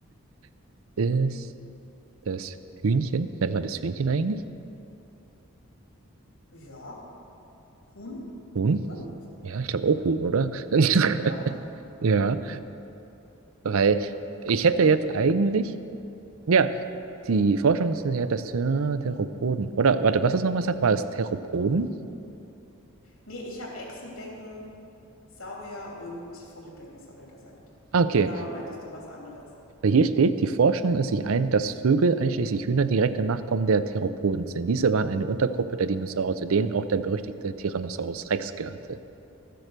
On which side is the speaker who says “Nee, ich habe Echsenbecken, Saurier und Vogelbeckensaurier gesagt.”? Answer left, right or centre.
Left